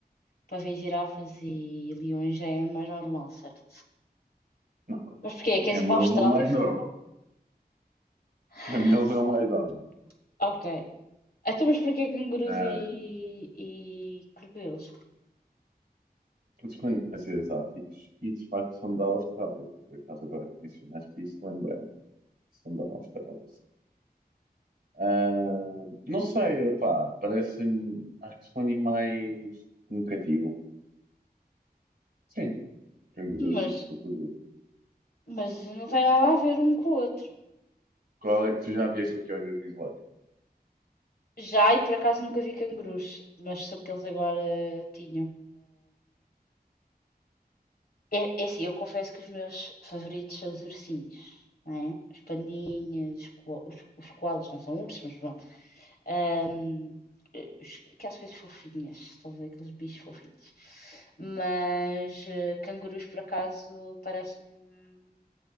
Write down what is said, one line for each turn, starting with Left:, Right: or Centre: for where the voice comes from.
Left: para ver girafas e leões já é mais normal, certo?
Right: Não,
Left: Mas porquê? Queres
Right: camelos
Left: ir para a Austrália?
Right: é o mais normal. Camelos
Left: <laughs>
Right: é o mais normal.
Left: Ok. Então, mas porquê cangurus
Right: Ah,
Left: e, e crocodilos?
Right: porque são animais exóticos e, de facto, são da Austrália. Por acaso, agora que mencionaste isso, lembrei-me. que São da Austrália, Ah, não sei, pá, parecem-me, acho que são animais que me cativam. Sim, cangurus,
Left: Mas,
Right: e crocodilos.
Left: mas não tem nada a ver um com o outro.
Right: Qual é? Tu já vieste aqui aos Jardins zoológico
Left: Já, e por acaso nunca vi cangurus, mas soube que eles agora tinham. É, é assim, eu confesso que os meus favoritos são os ursinhos, não é? Os pandinhas, os, co- os, os koalas, não são ursos, mas pronto. Ahm, eh, os- aquelas coisas fofinhas, estás a ver? Aqueles bichos fofinhos. Mas eh, cangurus, por acaso, parece-me,